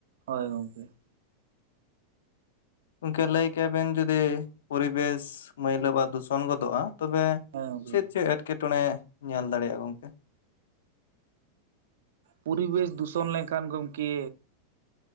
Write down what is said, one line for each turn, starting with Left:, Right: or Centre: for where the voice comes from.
Right: ᱦᱳᱭ ᱜᱚᱝᱠᱮ ᱾
Left: ᱜᱚᱝᱠᱮ ᱞᱟᱹᱭ ᱠᱮᱜᱼᱟ ᱵᱮᱱ ᱡᱩᱫᱤ ᱯᱚᱨᱤᱵᱮᱥ ᱢᱟᱹᱭᱞᱟᱹ ᱵᱟ ᱫᱩᱥᱚᱱ ᱜᱚᱫᱚᱜᱼᱟ ᱛᱚᱵᱮ
Right: ᱦᱮᱸ ᱜᱚᱢᱠᱮ
Left: ᱪᱮᱫ ᱪᱮᱫ ᱮᱴᱠᱮᱴᱚᱬᱮ ᱧᱮᱞ ᱫᱟᱲᱮᱭᱟᱜᱼᱟ ᱜᱚᱝᱠᱮ?
Right: ᱯᱚᱨᱤᱵᱮᱥ ᱫᱩᱥᱚᱱ ᱞᱮᱱᱠᱷᱟᱱ ᱜᱚᱢᱠᱮ